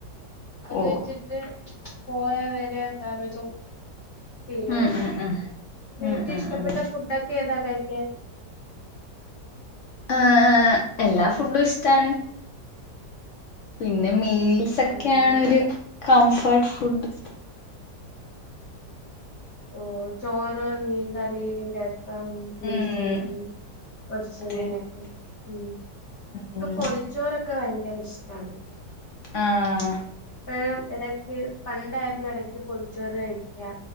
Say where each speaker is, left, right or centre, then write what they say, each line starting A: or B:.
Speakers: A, on the left; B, on the left.
A: അത്
B: ഓഹ്
A: വെച്ച്ട്ട് ക്ക് പോയ വരെ എന്താന്ന് വെച്ചോ തീരുമാനിക്കാം
B: ഉം ഉം ഉം
A: പിന്നെ
B: ഉം
A: ഏറ്റവും
B: ഉം
A: ഇഷ്ടപ്പെട്ട
B: ഉം
A: ഫുഡൊക്കെ ഏതാ കഴിക്കാൻ
B: ആ ആ ആ എല്ലാ ഫുഡും ഇഷ്ട്ടാണ് പിന്നെ മീൽസ് ഒക്കെയാണ്
A: ആണല്ലേ
B: ഒരു കംഫർട്ട് ഫുഡ്
A: ഓ ചോറ് മീൻകറി രസം പുളിശ്ശേരി
B: ഉം
A: പൊര്ച്ച
B: അതെ
A: മീനെക്കെ
B: അതെ അതെ
A: ഉം
B: ഉം
A: ഇക്ക് പൊതിച്ചോറൊക്കെ ഭയങ്കര ഇഷ്ട്ടാണ്
B: ആഹ്
A: എപ്പഴും എടയ്ക്ക് പണ്ടായ്ര്ന്ന എടക്ക് പൊതിച്ചോറ് കഴിക്കാ